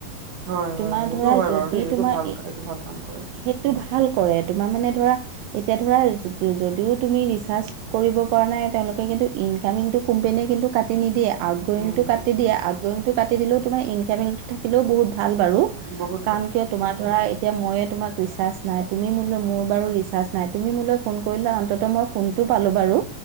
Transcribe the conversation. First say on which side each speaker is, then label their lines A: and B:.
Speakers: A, on the right; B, on the right.
A: হয়, হয়,
B: তোমাৰ
A: হয়, এইটো
B: ধৰা
A: হয়
B: যদি
A: বাৰু দেই এইটো
B: তোমাৰ
A: ভাল
B: এই
A: এইটো ভাল কাম কৰে
B: সেইটো ভাল কৰে তোমাৰ মানে ধৰা। এতিয়া ধৰা যদিও তুমি ৰিচাৰ্চ কৰিব পৰা নাই তেওঁলোকে। কিন্তু ইনকামিং টো কোম্পানীয়ে কিন্তু। কাটি নিদিয়ে আউটগয়িংটো
A: উম,
B: কাটি দিয়ে, আউটগয়িংটো কাটি দিলেও তোমাৰ ইনকামিংটো থাকিলেও বহুত ভাল বাৰু।
A: বহুত
B: কাৰণ
A: বহুত
B: কিয় তোমাৰ ধৰা এতিয়া ময়ে তোমাক ৰিচাৰ্জ। নাই, তুমি মোলৈ মোৰ বাৰু ৰিচাৰ্জ নাই তুমি মোলৈ ফোন কৰিলে অন্তত মই ফোনটো পালোঁ বাৰু।